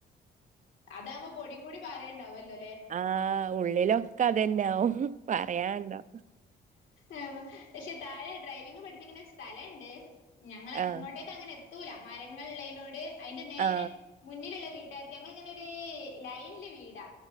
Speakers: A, on the left; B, on the right.
A: അതാവുമ്പോ പൊടിയും കൂടി പറേണ്ടാവല്ലലേ
B: ആഹ് ഉള്ളിലൊക്കെ അതെന്നാവും പറയാൻണ്ടോ
A: ഏഹ് പക്ഷെ താഴെ ഡ്രൈവിങ് പഠിപ്പിക്കുന്ന സ്ഥലണ്ട് ഞങ്ങള്
B: ആ
A: ഇങ്ങോട്ടേക്കങ്ങനെ എത്തൂല മരങ്ങൾള്ളൈനോട് അതിന്റെ നേരെ
B: ആ
A: മുന്നിലുള്ള വീട്ടാർക്ക് ഞങ്ങൾങ്ങനെര് ലൈൻല് വീടാ